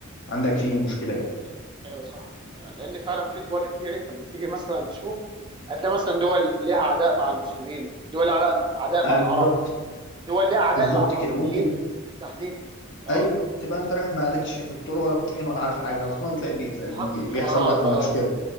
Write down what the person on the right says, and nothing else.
ايوه صح يعني لان فعلا في دول كتير انت لما تيجي مثلا تشوف هتلاقي مثلا دول ليها عداء مع المسلمين دول لها عداء
مع
العرب دول ليها عداء
مع المصريين
بالتحديد اه
تتحط
في حوارات
بقى
و...